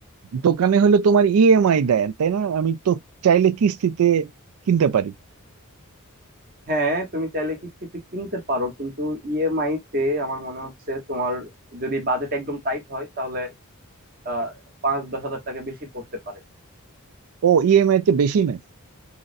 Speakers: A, on the right; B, on the right.
A: দোকানে হলে তোমার ইএমআই দেয় তাই না আমি তো চাইলে কিস্তিতে কিনতে পারি
B: হ্যাঁ তুমি চাইলে কিস্তিতে কিনতে পারো কিন্তু ইএমআই তে আমার মনে হচ্ছে তোমার যদি বাজেট একদম টাইট হয় তাহলে আহ পাঁচ দশ হাজার টাকা বেশি পড়তে পারে
A: ও ইএমআই তে বেশি নাই